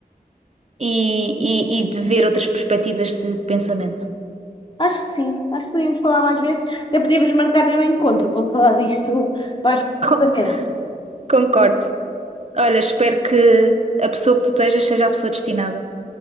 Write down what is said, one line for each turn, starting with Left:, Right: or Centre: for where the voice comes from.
Right: e, e, e de ver outras perspectivas de, de pensamento.
Left: Acho que sim, acho que podíamos falar mais vezes, até podíamos marcar um encontro para falar disto mais profundamente.
Right: <laughs> Con- Concordo. Olha, espero que a pessoa que tu estejas seja a pessoa destinada.